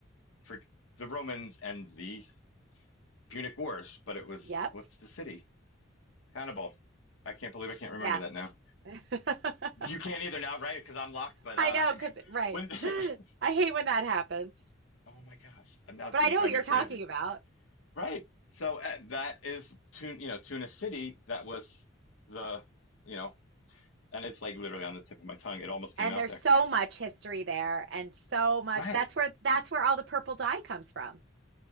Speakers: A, on the left; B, on the right.
A: for the Romans and the Punic Wars, but it was
B: Yep.
A: what's the city? Hannibal. I can't believe I can't remember
B: Yes.
A: that now.
B: <laughs> I
A: You can't either now, right? Because I'm locked. But uh,
B: know, cause
A: <laughs>
B: right.
A: when did
B: I
A: it,
B: hate when that happens.
A: Oh my gosh, and that's
B: But
A: going
B: I know
A: to drive
B: what you're
A: me crazy.
B: talking about.
A: Right. So uh, that is Tun, you know, Tuna City. That was the, you know, and it's like literally on the tip of my tongue. It almost
B: And
A: came out
B: there's
A: there.
B: so much history there and so much
A: Right.
B: that's where that's where all the purple dye comes from.